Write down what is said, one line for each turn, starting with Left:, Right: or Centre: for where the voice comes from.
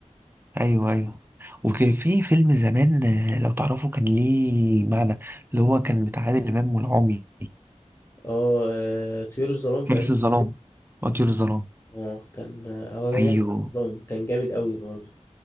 Right: ايوه ايوه وكان في فيلم زمان آه، لو تعرفه كان ليه معنى اللي هو كان بتاع عادل امام والعمي
Left: اه آه، طيور الظلام تقريبا
Right: حارس الظلام وطيور الظلام
Left: اه كان اه هي
Right: ايوه
Left: الظلام كان جامد قوي برضه